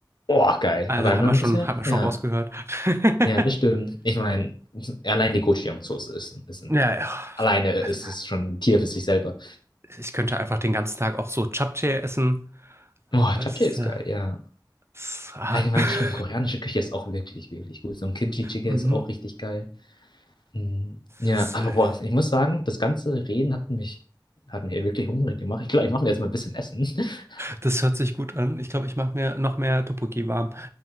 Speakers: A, on the left; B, on the right.
A: Oh, geil.
B: Also
A: Aber dann
B: hat man schon,
A: bisher,
B: hat man schon
A: ja,
B: rausgehört. <laughs>
A: ja, das stimmt. Ich meine, allein die Gochujang-Soße ist, ein- ist ein,
B: Ja, ja.
A: alleine ist
B: also
A: es schon ein Tier für sich selber.
B: Ich könnte einfach den ganzen Tag auch so Japchae essen.
A: Oh,
B: Es,
A: Japchae ist
B: äh,
A: geil, ja.
B: es, ah,
A: Allgemein
B: <laughs>
A: stimmt, koreanische Küche ist auch wirklich, wirklich gut. So ein Kimchi-Jjigae
B: mhm.
A: ist auch richtig geil. Mm, Ja,
B: das,
A: aber
B: äh,
A: boah, ich muss sagen, das ganze Reden hat mich, hat mich wirklich hungrig gemacht. Ich glaube, ich mache mir jetzt mal ein bisschen Essen. <laughs>
B: das hört sich gut an. Ich glaube, ich mache mir noch mehr Tteokbokki warm.